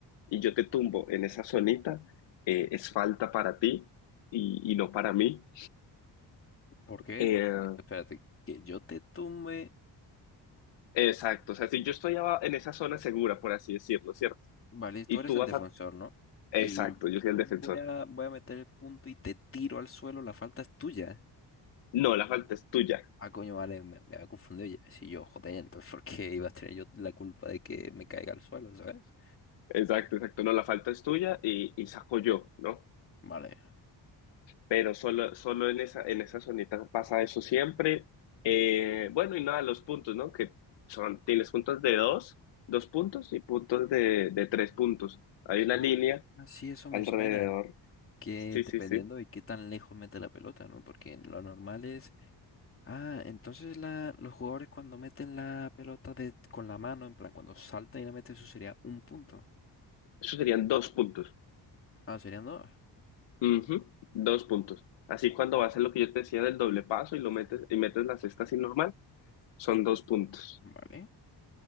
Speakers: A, on the left (about 85°); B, on the left (about 30°).
A: y yo te tumbo en esa zonita, eh, es falta para ti y, y no para mí.
B: ¿Por qué?
A: Eh,
B: Porque, espérate, que yo te tumbe,
A: exacto, o sea, si yo estoy aba- en esa zona segura, por así decirlo, ¿cierto?
B: vale, tú
A: Y
B: eres
A: tú
B: el
A: vas
B: defensor,
A: a...
B: ¿no?
A: Exacto,
B: Y
A: yo
B: yo
A: soy el defensor.
B: voy a, voy a meter el punto y te tiro al suelo, la falta es tuya.
A: No, la falta es tuya.
B: Ah, coño, vale, me, me había confundido. Yo, si yo, joder, entonces, ¿por qué iba a tener yo la culpa de que me caiga al suelo, ¿sabes?
A: Exacto, exacto. No, la falta es tuya y, y saco yo, ¿no?
B: Vale.
A: Pero solo, solo en esa, en esa zonita pasa eso siempre. Eh, bueno, y nada, los puntos, ¿no? Que son, tienes puntos de dos, dos puntos y puntos de, de tres puntos. Hay una
B: Ah,
A: línea
B: sí, eso me
A: alrededor.
B: suena. Que
A: Sí,
B: dependiendo
A: sí, sí.
B: de qué tan lejos mete la pelota, ¿no? Porque lo normal es Ah, entonces la, los jugadores cuando meten la pelota de, con la mano, en plan, cuando saltan y la meten, eso sería un punto.
A: Eso serían dos puntos.
B: Ah, serían dos.
A: Ujú, Dos puntos. Así cuando vas a lo que yo te decía del doble paso y lo metes, y metes la cesta así normal, son dos puntos.
B: Vale.